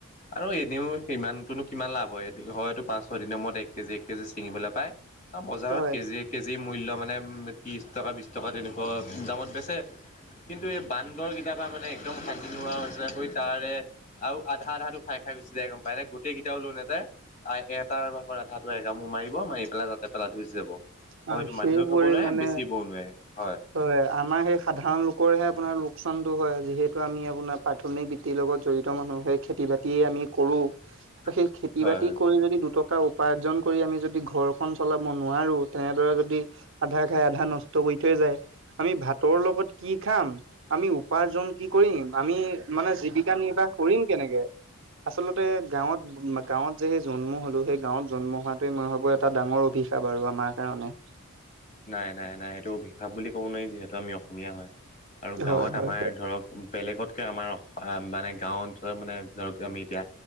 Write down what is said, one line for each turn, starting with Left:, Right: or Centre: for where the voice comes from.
Left: আৰু এনেও সিমানটোনো কিমান লাভ হয়, হয়তো পাঁচ ছয় দিনৰ মূৰত এক কেজি, এক কেজি ছিঙিবলৈ পায়। আৰু বজাৰত
Right: হয়
Left: কেজিয়ে কেজিৰ মূল্য মানে ত্ৰিশ টকা, বিশ টকা তেনে তলপ দামত বেচে কিন্তু এই বান্দৰকেইটা পোৰা মানে একদম শান্তি নোহোৱা হৈছে। সু তাৰে আৰু আধা আধাটো খাই খাই গুচি যায় গম পায় নাই? গোটেইকেইটাও লৈ নাযায়। আ, এটাৰ ভাগৰ আধাটো একামোৰ মাৰিব মাৰি পেলাই তাতে পেলাই থৈ গুচি যাব। হয়
Right: আৰু
Left: এইটো
Right: সেইবোৰে
Left: মানুহেও খাব নোৱাৰে
Right: মানে
Left: বেচিবও নোৱাৰে। হয়।
Right: হয় আমাৰ সেই সাধাৰণ লোকৰহে আপোনাৰ লোকচানতটো হয় যিহেতু আমি আপোনাৰ পাৰ্ট প্ৰাথমিক বৃত্তিৰ লগত জড়িত মানুহ, হেই খেতি বাতিয়ে আমি কৰোঁ।
Left: <inaudible>
Right: সেই খেতি
Left: হয়
Right: বাতি
Left: হয়।
Right: কৰি যদি দুটক টকা উপাৰ্জন কৰি আমি যদি ঘৰখন চলাব নোৱাৰোঁ তেনেদৰে যদি আধা খাই আধা নষ্ট কৰি থৈ যায়। আমি ভাতৰ লগত কি খাম আমি উপাৰ্জন কি কৰিম, আমি মানে জীৱিকা নিৰ্বাহ কৰিম কেনেকে? আচলতে গাঁৱত গাঁৱত যেহেই জন্ম হ'লো সেই গাঁৱত জন্ম হোৱাটোৱে মই ভাবোঁ এটা ডাঙৰ অভিষ কা বাৰু আমাৰ কাৰণে।
Left: নাই, নাই, নাই। এইটো ভিষাব বুলি ক'ব নোৱাৰি যিহেতু আমি অসমীয়া হয় আৰু গাঁৱত
Right: হয় হয়
Left: আমাৰ ধৰক বেলেগতকে আমাৰ মানে অহ, গাঁও অঞ্চলত মানে ধৰক আমি এতিয়া